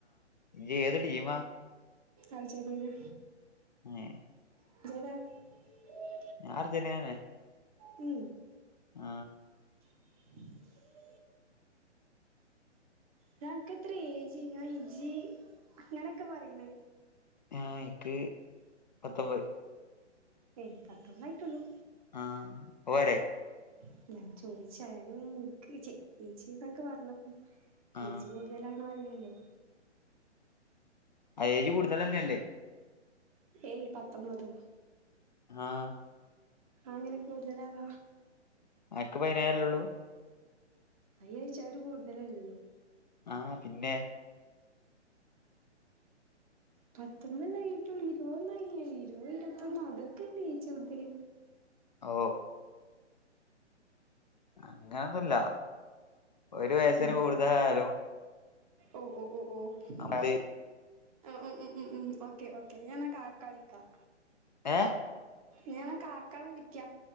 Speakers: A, on the left (about 40°); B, on the right (about 30°).
A: ഇജേത് ടീമാ
B: അർജന്റീന
A: <unintelligible>
B: <inaudible>
A: ഞാൻ അർജെന്റിനെന്നെ
B: മ്
A: ആ
B: <inaudible> ടാ അന്ക്കത്തറെ എജ് <unintelligible> ഇജ്ജ് അങ്ങനെക്കെ പറയിണ്
A: ആ ഇൻക്ക് പത്തൊമ്പത്
B: ഏയ് പത്തൊമ്പയിട്ടുള്ളു
A: ആഹ് അവോരെ
B: അല്ല ഞാൻ ചോദിച്ചാ <unintelligible> ഇൻക്ക് ചെ ഇജ്ജ്ന്നക്കെ പറഞ്ഞപ്പോ
A: ആ
B: ഏച് കൂടുതലാണോറീണല്ലോ
A: അഏജ്‌ കൂടുതലന്നെല്ലേ
B: ഏയ് പത്തൊമ്പതോ
A: ആ
B: അങ്ങനെ കൂടുതലാക
A: അന്ക്ക് പൈനേയെല്ലെള്ളൂ
B: അയ്യാര്ച്ച് അഒരു കൂടുതലല്ലലോ
A: ആഹ് പിന്നെ
B: പത്തൊമ്പല്ലായിട്ടുള്ളൂ ഇരുവൊന്നും ആയില <inaudible> ഇരുവ് ഇരോത്തൊന്ന് അതൊക്കെല്ലേ ഏയ്ജ് ഊട്തൽ
A: ഓ അങ്ങനൊന്നുംല്ല ഒരു വയസന്
B: ഉം
A: കൂടുതലായാലും
B: ഓ ഓ ഓ ഓ ഉ
A: നമ്മള്
B: ഉം ഉം ഉം ഉ ഓക്കേ ഓക്കേ ഞാൻാ കാക്ക വിളിക്കാം
A: ഏ
B: ഞണ കാക്കള വിളിക്ക